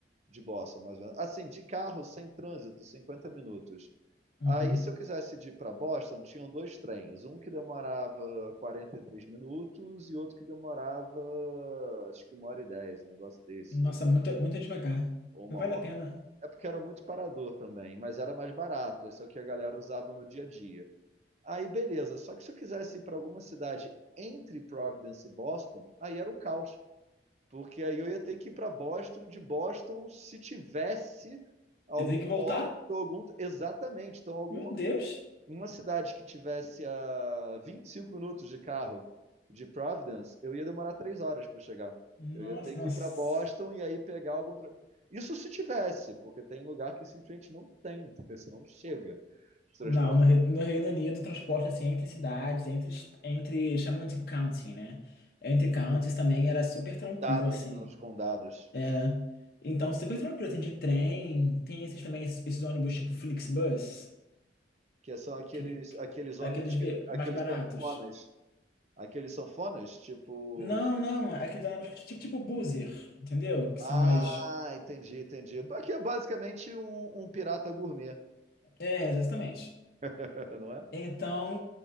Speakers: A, on the right; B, on the left.
A: de Boston, mais ou menos. Assim, de carro, sem trânsito, 50 minutos.
B: uhum.
A: Aí, se eu quisesse ir para Boston, tinham dois trens. Um que demorava 43 minutos e outro que demorava, acho que uma hora e dez, um negócio desse.
B: Nossa, muito, muito devagar.
A: Ou uma
B: Não vale
A: hora.
B: a pena.
A: É porque era muito parador também, mas era mais barato. Esse é o que a galera usava no dia a dia. Aí, beleza. Só que se eu quisesse ir para alguma cidade entre Providence e Boston, aí era o caos. Porque aí eu ia ter que ir para Boston, e de Boston, se tivesse algum
B: Eu tenho que voltar?
A: óleo, algum. Exatamente. Então, alguma,
B: Meu Deus.
A: uma cidade que tivesse a 25 minutos de carro de Providence, eu ia demorar três horas para chegar.
B: Nossa,
A: Eu ia ter que
B: nossa.
A: ir para Boston e aí pegar algum. tra- Isso se tivesse, porque tem lugar que simplesmente não tem, isso não chega. Os transportes
B: Não, no, Re- no Reino Unido, o transporte assim entre cidades, entre, est- entre chamam de county, né? Entre counties também era super tranquilo,
A: condados,
B: assim.
A: né, os condados,
B: É. Então, super tranquilo, assim, de trem. Tem esses também, esses, esses ônibus tipo Flixbus,
A: que são aqueles,
B: que, que-
A: aqueles ônibus,
B: aqueles
A: que,
B: ve-
A: aqueles
B: mais baratos.
A: sanfonas, aqueles sanfonas, tipo.
B: Não, não, aqueles ônibus tipo, tipo Buzzer, entendeu? Que
A: Ah,
B: são mais.
A: entendi, entendi. Aqui é basicamente um, um pirata gourmet,
B: É, exatamente.
A: <laughs> não é?
B: Então,